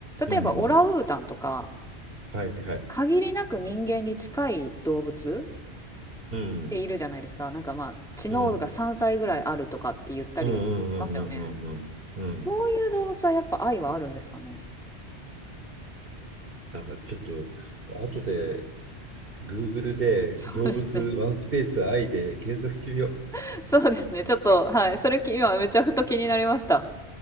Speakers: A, on the right; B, in the centre.
A: うん。
B: 例えばオランウータンとか、
A: うんはいはい。
B: 限りなく人間に近い動物っ
A: うん。
B: ているじゃないですか。なんかまあ知能が3歳ぐらいあるとかって言ったりしますよね。
A: うん。うんうんうんうんうんうんうん。
B: そういう動物はやっぱ愛はあるんですかね。
A: なんかちょっと、後で、Google で動物ワンスペース愛で検索してみよ
B: <laughs> そうですね。<laughs> そうですね。ちょっと、はい。それき今めちゃふと気になりました。